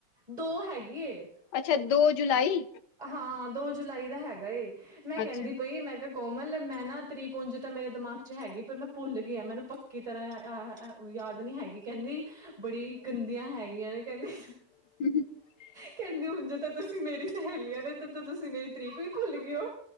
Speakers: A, on the right; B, on the left.
A: ਦੋ ਹੈਗੀ ਏ।
B: ਅੱਛਾ, ਦੋ ਜੁਲਾਈ?
A: ਅ ਹਾਂ, ਦੋ ਜੁਲਾਈ ਦਾ ਹੈਗਾ ਏ। ਮੈਂ ਕੈਂਦੀ
B: ਅੱਛਾ
A: ਪਈ ਮੈਂ ਕਿਆ ਕੋਮਲ, ਮੈਂ ਨਾਂ ਤਰੀਕ ਓਂਝ ਤਾਂ ਮੇਰੇ ਦਮਾਗ 'ਚ ਹੈਗੀ। ਪਰ ਮੈਂ ਭੁੱਲ ਗੀ ਆਂ। ਮੈਨੂੰ ਪੱਕੀ ਤਰ੍ਹਾਂ ਅ ਹ ਯਾਦ ਨੀ ਹੈਗੀ। ਕੈਂਦੀ ਬੜੀ ਗੰਦੀਆਂ ਹੈਗੀਆਂ, ਕੈਂਦੀ
B: <unintelligible>
A: ਕੈਂਦੀ ਹੁਨ ਜੇ ਤਾਂ ਤੁਸੀ ਮੇਰੀ ਸਹੇਲੀਆਂ ਨੇ ਤੇ ਤਾਂ ਤੁਸੀ ਮੇਰੀ ਤਰੀਕ ਵੀ ਭੁੱਲ ਗੇ ਓ।